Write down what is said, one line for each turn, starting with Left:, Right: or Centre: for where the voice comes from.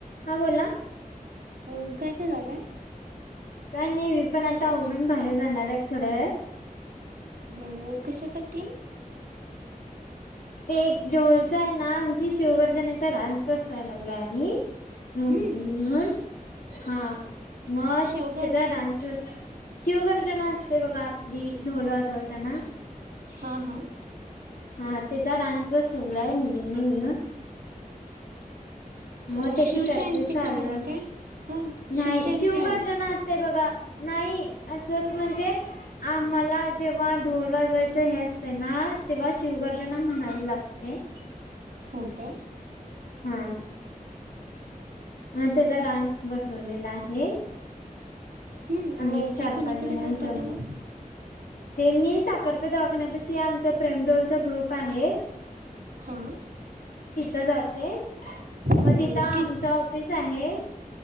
Left: हा! बोला! !
Right: काय काय झाले.
Left: काय नाही मी पण आता आवरून बाहेर जाणार आहे, थोड्या ळात
Right: हो! कशासाठी?
Left: ते एक ढोलता आहे ना आमची शिवगर्जनेचा डान्स बसवायला लागलोय आम्ही मुलीनी
Right: हं,
Left: म्हणून हा मग
Right: शेवगर
Left: त्याचा डान्स शुगर जन असते बघा आपली ढोलजवताना
Right: हां! हां! !
Left: हा त्याचा डान्स बस होलाय मुलीनी येिऊन
Right: अं,
Left: मग त्याची
Right: शिवजयंती
Left: प्रॅक्टिस चालल
Right: काय
Left: आहे
Right: काय हां
Left: नाही,
Right: शिवजयंती
Left: शुगर
Right: आहे
Left: जण असते बघा! नाही असच! म्हणजे आम्हाला जेव्हा ढोल वाजवायचं हे असते ना? तेव्हा शिवगर्जना म्हणावी लागते ते
Right: हो काय?
Left: हम्मः! ! अ त्याचा डान्स बसवलेला आहे.
Right: हं,
Left: आणिम्
Right: मग
Left: एक
Right: ते
Left: चार
Right: कुणीकडे
Left: पाच जणी
Right: जाता
Left: आमचा म
Right: त्याला
Left: ते मी साखरपेताळखण्यापशी, आमचा प्रेमडोलचा ग्रुप आहे.
Right: ह हां! !
Left: तिथं जाते मग
Right: अं,
Left: तिथं, आमच
Right: गी
Left: ऑफिस आहे.